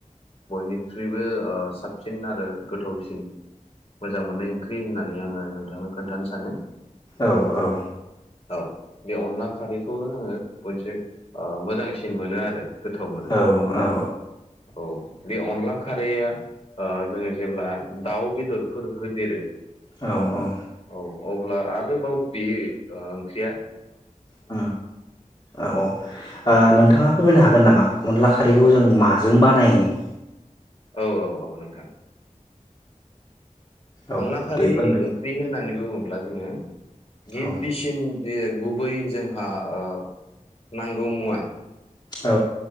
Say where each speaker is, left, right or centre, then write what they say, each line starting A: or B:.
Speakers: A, on the left; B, on the left.
A: बयनिख्रुइबो ओ सा साबसिन आरो गोथावसिन मोजां मोननाय ओंख्रि होननानै आङो नोंथांनो खोन्थानो सानो
B: औ औ
A: औ बे अनला खारैखौनो आङो मोनसे ओ मोजांसिन मोनो आरो गोथाव मोनो
B: औ औ औ
A: औ बे अनला खारैया ओ जोङो जेब्ला दाउ बेदरफोर होदेरो
B: औ औ
A: औ अब्ला आरोबाव बियो ओ ख्रिया
B: औ औ ओ
A: औ
B: नोंथाङा फोरमायनो हागोन नामा अनला खारैखौ
A: औ
B: जों माजों बानायो <unintelligible>
A: औ औ औ नोंथां
B: औ
A: अनला खारै
B: दे फोरमाय
A: ओंख्रि होननानै बुङोब्ला जोङो गिबिसिन
B: औ
A: गुबै जोंहा ओ नांगौ मुवा।
B: औ